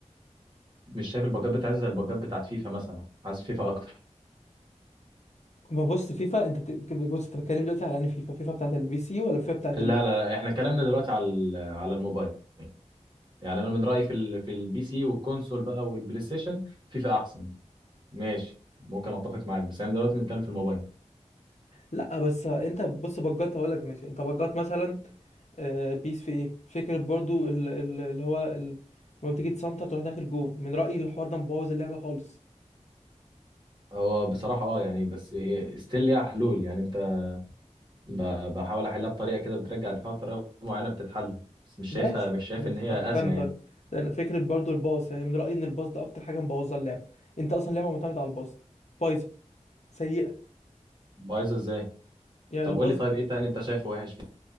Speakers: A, on the right (about 35°); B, on the left (about 65°).
A: مش شايف البجات بتاعتها زي البجات بتاعت فيفا مثلا عايز فيفا اكتر
B: ما بص فيفا انت بت- بص انت بتتكلم دلوقتي على ان فيفا فيفا بتاعت البي سي ولا فيفا بتاعت
A: لا
B: ال
A: لا لا احنا كلامنا دلوقتي على ال- على الموبايل يعني انا من رايي في ال... في البي سي والكونسول بقى والبلاي ستيشن فيفا احسن ماشي ممكن اتفق معاك بس انا دلوقتي بنتكلم في الموبايل
B: لا بس انت بص بجات هقول لك ماشي انت بجات مثلا آه، بيس في ايه فكرة برضو ال- ال- اللي هو ال- لما بتيجي تسنتر تروح داخل جون من رأيي الحوار ده مبوظ اللعبة خالص
A: هو بصراحة اه يعني بس ستيل ليها حلول يعني انت ب- بحاول احلها بطريقه كده بترجع الدفاع بطريقه معينه بتتحل بس مش
B: ماشي
A: شايفها مش شايف
B: ماشي
A: ان هي
B: طب استنى
A: ازمه يعني
B: طيب لان فكره برضو الباص يعني من رايي ان الباص ده اكتر حاجه مبوظه اللعبه انت اصلا اللعبه معتمده على الباص بايظه سيئه
A: بايظه ازاي
B: يعني
A: طب
B: الباص
A: قول لي طيب ايه تاني انت شايفه وحش